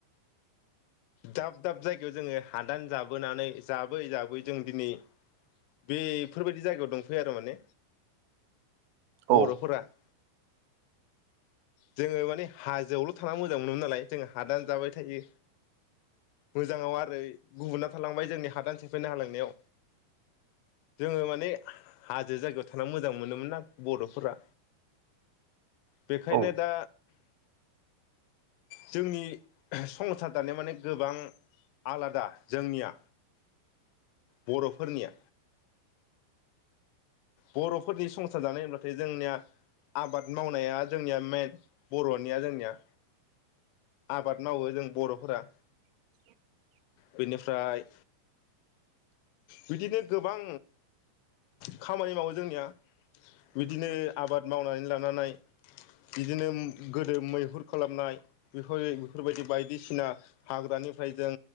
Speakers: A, on the left (about 90°); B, on the right (about 80°).
A: दाब दाब जायगायाव जोङो हादान जाबोनानै जाबै जाबै जों दिनै बेफोरबायदि जायगायाव दंफैयो आरो माने
B: औ
A: बरफोरा <inaudible> जोङो माने हाजोआवल थाना मोजां मोनोमोन नालाय जोंङ हादान जाबाय थायो मोजाङाव आरो गुबुना थालांबाय जोंनि हादान सेफायना हालांनायाव जोङो माने हाजो जायगायाव थाना मोजां मोनोमोन आरो बरफोरा बे ओंखायनो
B: औ
A: दा जोंनि संसार दानाया माने गोबां आलादा जोंनिया बरफोरनिया बरफोरनि संसार जानाय होनब्लाथाय जोंनिया आबाद मावनाया जोंनिया मेइन बरनिया जोंनिया आबाद मावो जों बरफोरा
B: <inaudible>
A: बेनिफ्राय बिदिनो गोबां खामानि मावो जोंनिया बिदिनो आबाद मावनानै लानानै बिदिनोम गोदो मैहुर खालामनाय बेफोर बेफोरबायदि बायदिसिना हाग्रानिफ्राय जों